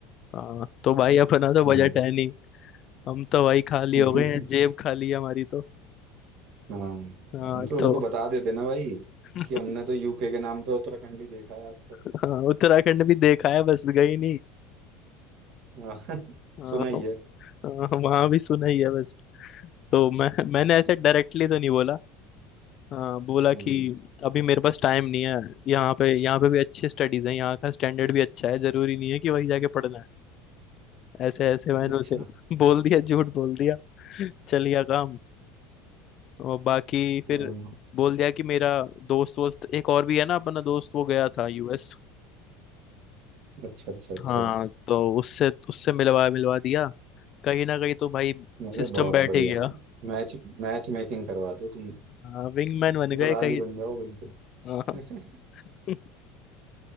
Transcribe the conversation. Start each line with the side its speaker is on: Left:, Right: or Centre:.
Left: हाँ तो भाई अपना तो बजट
Right: हम्म
Left: है नहीं हम तो भाई खाली
Right: <laughs>
Left: हो गए हैं जेब खाली है हमारी तो
Right: हाँ
Left: हाँ
Right: तो
Left: तो
Right: उनको बता देते ना भाई
Left: <laughs>
Right: कि हमने तो यूके के नाम पे उत्तराखंड ही देखा है आज तक
Left: हाँ उत्तराखंड भी देखा है बस गई नहीं
Right: हाँ, <laughs>
Left: हाँ,
Right: सुना ही है
Left: हाँ, वहाँ भी सुना ही है बस तो मैं मैंने ऐसे डायरेक्टली तो नहीं बोला हाँ बोला
Right: हम्म
Left: कि अभी मेरे पास टाइम नहीं है यहाँ पे यहाँ पे भी अच्छी स्टडीज हैं यहाँ का स्टैंडर्ड भी अच्छा है जरूरी नहीं है कि वही जाके पढ़ना है ऐसे ऐसे मैंने
Right: अच्छा
Left: उसे <laughs> बोल दिया झूठ बोल दिया चल गया काम और बाकी फिर
Right: हाँ,
Left: बोल दिया कि मेरा दोस्त वोस्त एक और भी है ना अपना दोस्त वो गया था यूएस
Right: अच्छा अच्छा अच्छा
Left: हाँ तो उससे उससे मिलवा मिलवा दिया कहीं ना कहीं तो भाई
Right: अरे
Left: सिस्टम
Right: बहुत
Left: बैठ
Right: बढ़िया
Left: ही गया
Right: भाई मैच मैच मेकिंग करवा दो तुम
Left: हाँ विंगमैन बन गए
Right: दलाल
Left: कहीं
Right: ही बन जाओ बिल्कुल
Left: हाँ
Right: <laughs>
Left: <laughs>